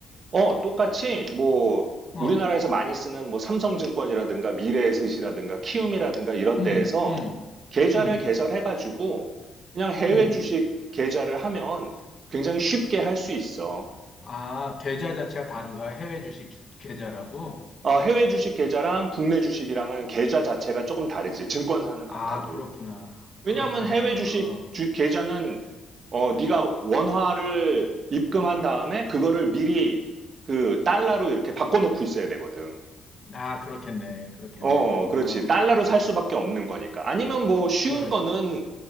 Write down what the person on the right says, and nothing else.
어, 똑같이 뭐
우리나라에서 많이 쓰는 뭐 삼성증권이라든가 미래에셋이라든가 키움이라든가 이런
데에서
계좌를
개설해가지고 그냥 해외
주식 계좌를 하면 굉장히 쉽게 할 수 있어.
어, 해외 주식 계좌랑 국내 주식이랑은 계좌 자체가 조금 다르지. 증권사는
같아도.
왜냐하면
해외 주식
주- 계좌는 어, 네가 원화를 입금한 다음에 그거를 미리 그 달러로 이렇게 바꿔놓고 있어야 되거든.
어, 어,
그렇지. 달러로 살 수밖에 없는 거니까. 아니면 뭐 쉬운
거는